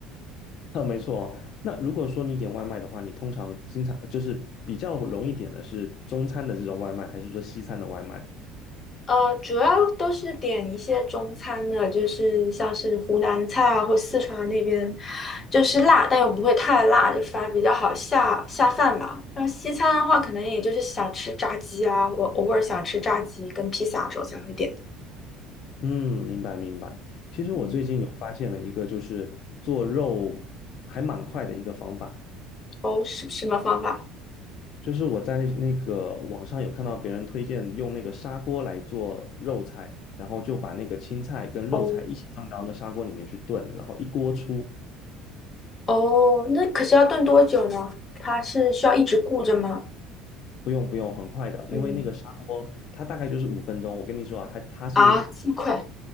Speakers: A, on the left; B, on the left.
A: 呃，没错哦。那如果说你点外卖的话，你通常经常就是比较容易点的是中餐的这种外卖，还是说西餐的外卖？
B: 呃，主要都是点一些中餐的，就是像是湖南菜啊，或四川那边，就是辣，但又不会太辣，就反而比较好下下饭吧。然后西餐的话，可能也就是想吃炸鸡啊，我偶尔想吃炸鸡跟披萨的时候才会点的。
A: 嗯，明白明白。其实我最近有发现了一个，
B: 嗯，
A: 就是做肉还蛮快的一个方法，
B: 哦，是什么方法？
A: 就是我在那个网上有看到别人推荐用那个砂锅来做肉菜，然后就把那个青菜跟肉菜一起放到那砂锅里面去炖，
B: 哦
A: 然后一锅出。
B: 哦，那可是要炖多久呢？它是需要一直顾着吗？
A: 不用不用，很快的，
B: 嗯，
A: 因为那个砂锅它大概就是五分钟。我跟你说啊，它它是
B: 啊，这么快？